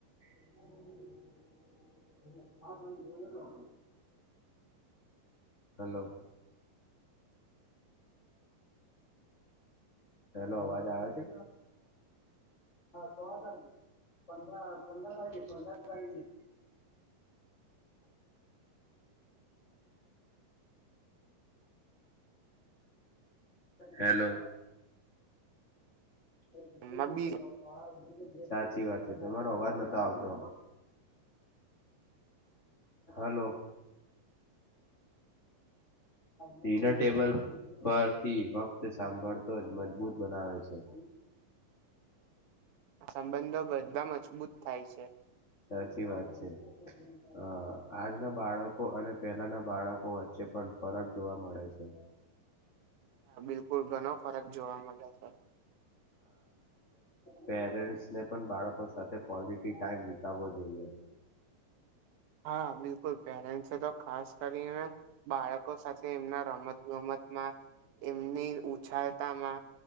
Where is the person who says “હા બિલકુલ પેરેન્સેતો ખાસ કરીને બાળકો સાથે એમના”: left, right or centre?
Right